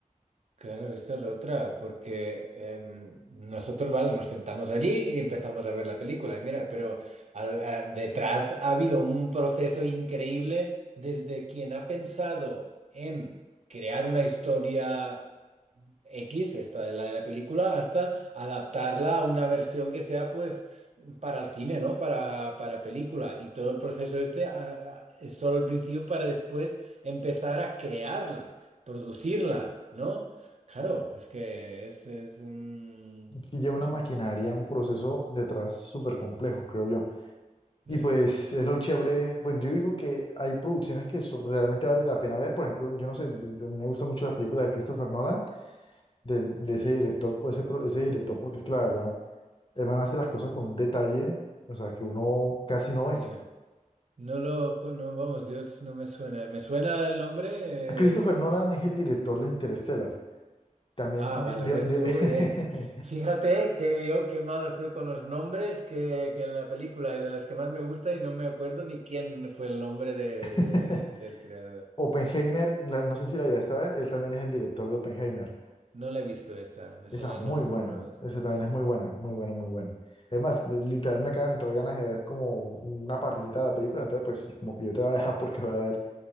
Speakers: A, on the right; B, on the left.
A: Claro, esta es otra, porque em, nosotros, vale, nos sentamos allí y empezamos a ver la película, y mira, pero al- a- detrás ha habido un proceso increíble desde quien ha pensado en crear una historia. X, esta de la película, hasta adaptarla a una versión que sea pues para el cine, ¿no? Para, para película. Y todo el proceso este ah, ah, es solo el principio para después empezar a crearla, producirla, ¿no? Claro, es que es, es un...
B: Aquí lleva una maquinaria,
A: un-
B: un proceso detrás súper complejo, creo yo. Y
A: eh,
B: pues es lo chévere, pues yo digo que hay producciones que son- realmente vale la pena ver. Por ejemplo, yo no sé, yo- yo- me gustan mucho las películas de Christopher Nolan, del de ese
A: mm,
B: director, o ese, pro- ese director, porque es que la verdad, el man hace las cosas con un detalle, o sea, que uno casi no ve.
A: yeah. No lo... con- No, vamos, Dios, no me suena. Me suena el nombre,
B: Christopher
A: eh,
B: Nolan es el director de Interstellar. También,
A: Ah,
B: de-
A: vale,
B: de-
A: ves
B: de-
A: tú. eh, fíjate que yo qué malo soy con los nombres, que, que en la película de las que más me gusta y no me acuerdo ni quién fue el nombre de,
B: <laughs>
A: de- del creador.
B: Oppenheimer, la- no sé si la llegaste a ver, él también es el director de Oppenheimer.
A: No la he visto esta, me
B: Esa
A: suena
B: es
A: el
B: muy
A: nombre,
B: buena,
A: pero no la he visto.
B: esa también
A: Ya.
B: es muy buena, muy buena, muy buena. Además, literal me acaban de entrar ganas de ver como una partecita de la película, entonces pues como que yo te voy a dejar porque voy a ver,